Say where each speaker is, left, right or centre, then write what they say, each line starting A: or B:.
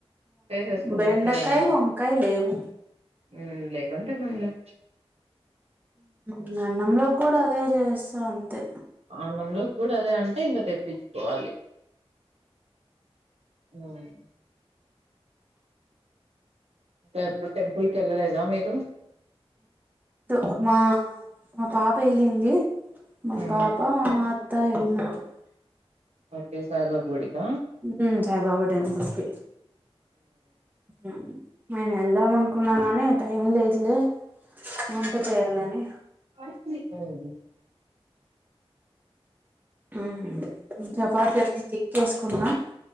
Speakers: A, on the right (about 80°); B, on the right (about 15°).
A: వేసేసుకో
B: బెండకాయ
A: మునక్కాయ అన్నా
B: వంకాయ లేవు.
A: ఉమ్ లేకుంటే మన్లే.
B: ఉమ్ అన్నంలోకి కూడా అదే చేస్తా అంతే.
A: అన్నంలో కూడా అదే అంటే ఇంకా తెప్పించుకోవాలి. ఉమ్. ఎప్పుడు టెంపుల్కెళ్ళలేదా మీరు.
B: ఆహ్ మా. మా పాప ఏళ్ళింది మా
A: ఉమ్
B: పాప మా అత్త ఏళ్ళినారు.
A: ఓకే సాయిబాబా గూడికా.
B: ఉమ్ సాయిబాబా టెంపల్స్కి ఉమ్. నేను వెళ్దాం అనుకున్నా గాని టైం లేదులే వంట చేయాలని.
A: వు <unintelligible>
B: ఆహ్ చపాత అన్నీ చెక్ చేసుకున్నా <unintelligible>